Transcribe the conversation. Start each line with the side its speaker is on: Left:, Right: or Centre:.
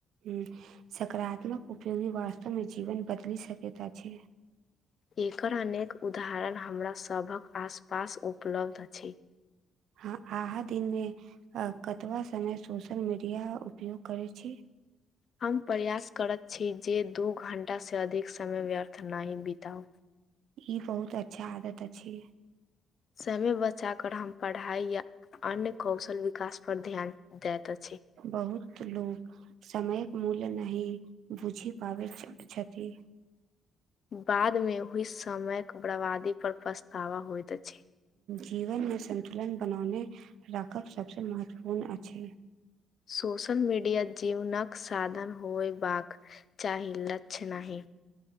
Right: हुँ सकारात्मक उपयोगी वास्तव मे जीवन बदलि सकैत अछि।
Left: एकर अनेक उदाहरण हमरा सभक आसपास उपलब्ध अछि।
Right: हँ अहा दिन मे कतबा समय सोशल मीडिया उपयोग करैत छी?
Left: हम प्रयास करैत छी जे दू घण्टासँ अधिक समय व्यर्थ नहि बिताउ।
Right: ई बहुत अच्छा आदत अछि
Left: समय बचाक हम पढ़ाइ या अन्य कौशल विकास पर ध्यान दैत अछि
Right: बहुत लोक समयक मूल्य नहि बुझि पाबै छथि
Left: बाद मे ओहि समयक बर्बादी पर पछतावा होइत अछि
Right: जीवन मे संन्तुलन बनौने राखक सबस महत्वपूर्ण अछि
Left: सोशल मीडिया जीवनक साधन होइ बक चाहि लक्ष्य नहि